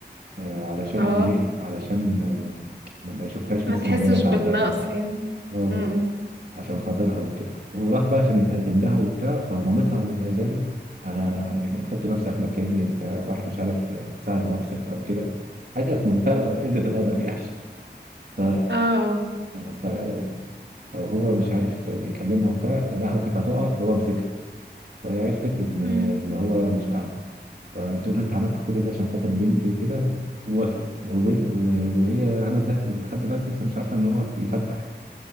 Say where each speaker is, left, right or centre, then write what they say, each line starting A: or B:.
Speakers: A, on the right; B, on the right.
A: آه، علشان
B: اه
A: ايه علشان آه، ما ما يشوفهاش
B: ما
A: مثلا
B: تحسش
A: وهي تعبانه
B: بالنقص يعني
A: آه،
B: امم
A: عشان خاطرها وكده وراح بقى عشان يتقدم لها وبتاع فمامتها قامت قايله له انا يعني حط نفسك مكاني انت واحد مش عارف تساعد نفسك او كده حاجه في منتهى قله الادب يعني ف
B: اه اه
A: ف- فهو مش عارف بيكلمها وبتاع القهوه كانت هتقع فهو مسكها وهي عرفت ان
B: مم.
A: ان هو مش اعمى فبتقول لها انت عملت كل ده عشان خاطر بنتي وكده ووافقت وبن- و- وهي هنا الزاهد لحد دلوقتي لسه مش عارفه ان هو بيفتح